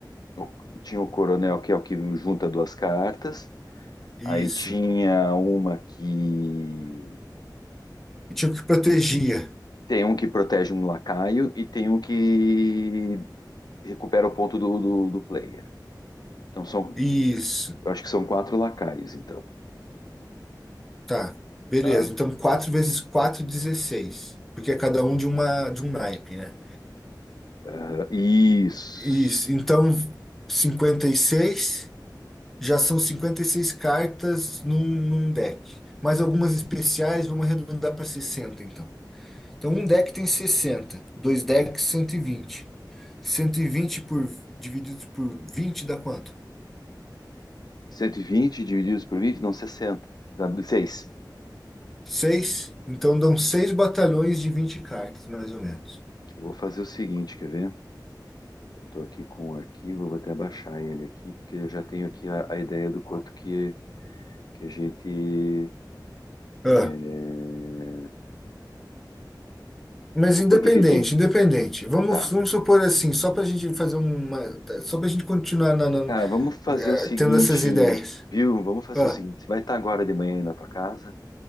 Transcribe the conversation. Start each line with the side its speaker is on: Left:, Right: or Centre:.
Left: o- tinha o coronel, que é o que junta duas cartas.
Centre: Isso.
Left: Aí tinha uma que.
Centre: E tinha o que protegia.
Left: Tem um que protege um lacaio e tem um que recupera o ponto do, do, do player. Então são.
Centre: Isso.
Left: Eu acho que são quatro lacaios, então.
Centre: Tá, beleza.
Left: Tá?
Centre: Então, 4 vezes 4 dezesseis Porque é cada um de uma de um naipe, né?
Left: Aham, isso.
Centre: Isso. Então, cinquenta e seis Já são 56 cartas num, num deck. Mais algumas especiais, vamos arredondar para 60 então. Então, um deck tem sessenta Dois decks, cento cento e vinte cento e vinte por, divididos por 20 dá quanto?
Left: cento e vinte divididos por 20 não sessenta Dá seis
Centre: seis Então, dão 6 batalhões de 20 cartas, mais ou menos.
Left: Eu vou fazer o seguinte, quer ver? Eu estou aqui com o arquivo, eu vou até baixar ele aqui, porque eu já tenho aqui a, a ideia do quanto que, que a gente. é,
Centre: Ah, Mas
Left: o
Centre: independente,
Left: quanto que tem.
Centre: independente. Vamos,
Left: Tá.
Centre: vamos supor assim, só para a gente fazer uma, tá, só para a gente continuar na- na-
Left: Cara, vamos fazer
Centre: eh,
Left: o seguinte,
Centre: tendo essas ideias.
Left: viu? Vamos fazer
Centre: Ah,
Left: o seguinte. Você vai estar agora de manhã aí na tua casa.